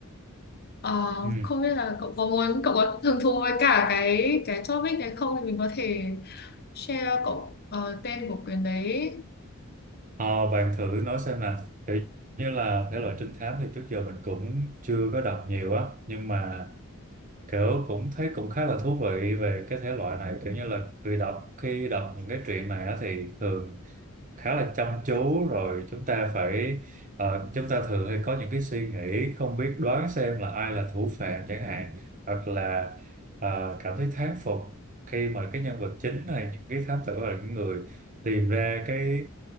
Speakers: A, on the left; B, on the right.
A: Ờ,
B: Ừ.
A: không biết là cậu có muốn cậu có hứng thú với cả cái cái topic này không thì mình có thể share cậu ờ, tên của quyển đấy
B: Ờ, bạn thử nói xem nè, kiểu như là thể loại trinh thám thì trước giờ mình cũng chưa có đọc nhiều á, nhưng mà kiểu cũng thấy cũng khá là thú vị về cái thể loại này kiểu như là khi đọc khi đọc những cái truyện này á thì thường khá là chăm chú rồi chúng ta phải ờ, chúng ta thường hay có những cái suy nghĩ không biết đoán xem là ai là thủ phạm chẳng hạn hoặc là ờ, cảm thấy thán phục khi mà cái nhân vật chính này những cái thám tử là những người tìm ra cái